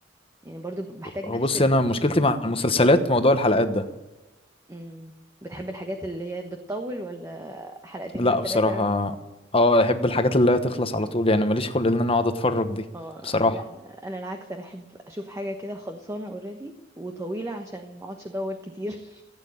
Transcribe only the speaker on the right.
يعني برضو بحتاج
نفس
ال...
مم. بتحب الحاجات اللي هي بتطول ولا حلقتين
بالثلاثه
اه
لا انا أنا العكس انا احب اشوف حاجه كده خلصانه اوريدي وطويله عشان ما اقعدش ادور كتير